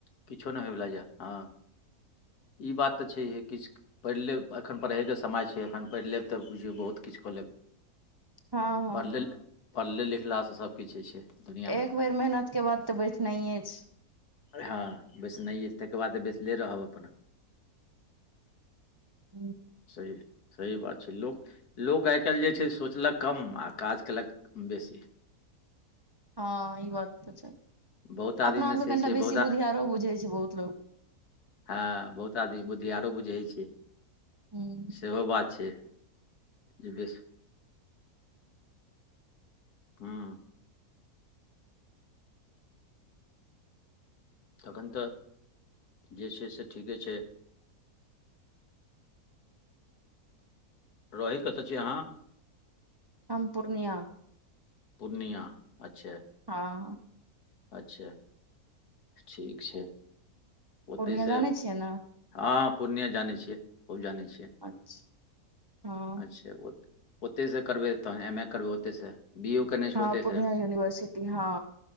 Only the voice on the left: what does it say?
किछो नहि होइवला यऽ हँ ई बात तऽ छैहे किछु। पढ़ि लेब एखन पढ़यके समय छै एखन पढ़ि लेब तऽ बुझियौ बहुत किछु कऽ लेब।
पढ़ले पढ़ले लिखलासँ सभकिछु होइ छै। दुनिआँ
हँ बेसनाइये, ताहि केर बाद त बैसले रहब अपन।
सही सही बात छै लोक। लोक आइ काल्हि जे छै सोचलक कम आ काज कयलक बेसी।
बहुत आदमीमे
से
छै
बहुत आ-
हँ बहुत आदमी बुद्धियारो बुझै छियै।
सेहो बात छै, जे बेसी हुं। तखन तऽ जे छै से ठीके छै। रहै कतऽ छी अहाँ?
पूर्णिया अच्छा।
अच्छा ठीक छै ओतहिसँ।
हँ पूर्णिया जानै छियै, खूब जानै छियै।
अच्छा ओतहि से करबै, तखन एम ए करबै ओतयसँ, बी ए केने छी
ओते
से